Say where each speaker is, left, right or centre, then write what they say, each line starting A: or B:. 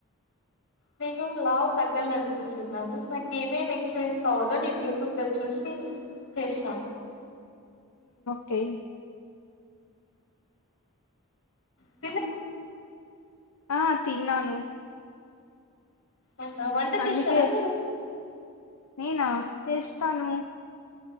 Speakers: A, on the left; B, on the left.
A: నేను లావు తగ్గలనుకుంటున్నాను, నాకు ఏమేమి ఎక్ససైజ్ కావాలో నేను యూట్యూబ్ లో చూసి సి చేసా
B: తేయ్
A: ఉ
B: ఆ తిన్నాను
A: అవును వంట చేస్తరా
B: అందుకే
A: మీరు?
B: నేనా చేస్తాను.